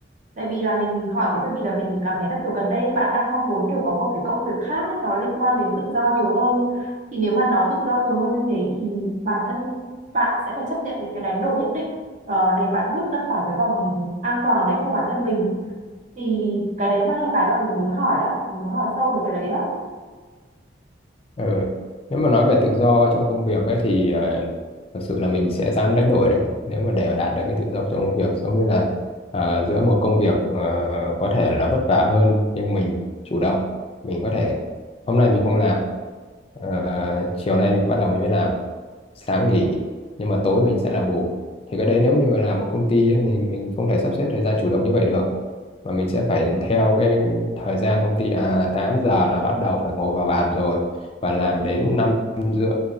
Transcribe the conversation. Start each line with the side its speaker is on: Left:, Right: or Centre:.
Right: tại vì là mình hỏi thế bởi vì là mình cảm thấy là kiểu gần đây bạn đang mong muốn kiểu có một cái công việc khác ấy, nó liên quan đến tự do nhiều hơn thì nếu mà nó tự do nhiều hơn như thế thì bản thân bạn sẽ phải chấp nhận những cái đánh đổi nhất định ờ, để bạn bước ra khỏi cái vòng an toàn đấy của bản thân mình thì cái đấy mới là cái mà mình muốn hỏi á mình muốn hỏi sâu về cái đấy á
Left: Ừ. Nếu mà nói về tự do trong công việc ấy, thì ờ, thực sự là mình sẽ dám đánh đổi đấy nếu mà để mà đạt được cái tự do trong công việc giống như là ờ, giữa một công việc ờ, có thể là vất vả hơn nhưng mình chủ động mình có thể hôm nay mình không làm ờ, chiều nay mình bắt đầu mình mới làm sáng nghỉ nhưng mà tối mình sẽ làm bù thì cái đấy nếu như là một công ty ấy, thì mình không thể sắp xếp thời gian chủ động như vậy được mà mình sẽ phải theo cái thời gian công ty à 8 giờ là bắt đầu phải ngồi vào bàn rồi và làm đến năm rưỡi